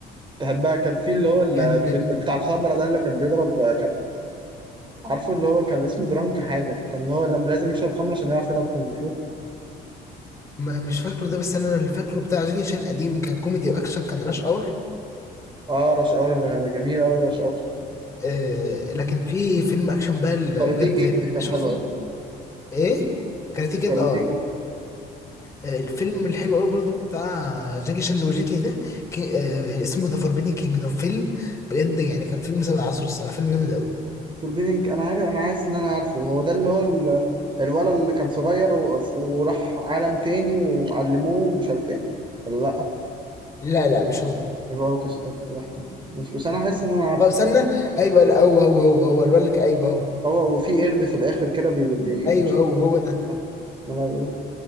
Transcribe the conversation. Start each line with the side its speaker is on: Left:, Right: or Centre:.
Right: تحب بقى كان في اللي هو ال-
Left: كان
Right: بتاع الخمرة ده اللي كان بيضرب كان عارفه اللي هو كان اسمه درانك حاجة كان اللي هو لما لازم يشرب خمرة عشان يعرف يلعب كونج فو
Left: ما مش فاكره ده بس انا اللي فاكره بتاع جاكي شان قديم كان كوميدي واكشن كان راش اور
Right: اه رش اور جميل قوي رش اور
Left: آه... لكن في فيلم اكشن بقى اللي
Right: وكاراتيه
Left: بجد
Right: كيد كان
Left: شوفه
Right: حلو قوي
Left: ايه كاراتيه كيد
Right: كاراتيه
Left: اه
Right: كيد
Left: آه، الفيلم الحلو قوي برضو بتاع جاكي شان اللي وجيت لي ده كي... آه اسمه ذا فوربيدن كينجدوم فيلم بجد يعني كان فيلم سبع عصر الصراحه فيلم جامد قوي
Right: فوربيدنج انا عارف انا عايز ان انا عارفه هو ده اللي هو ال- الولد اللي كان صغير و... وراح عالم تاني وعلموه ومش عارف ايه ولا لا
Left: لا لا مش هو
Right: يبقى هو كسر لوحدي مش بس انا حاسس ان انا عارفه
Left: اه استنى ايوه لا هو هو هو هو الولد ك- ايوه هو
Right: هو وفي قرد في الاخر كده بي... بي...
Left: ايوه
Right: مش عارف
Left: هو هو ده
Right: اه ما أنا بقول.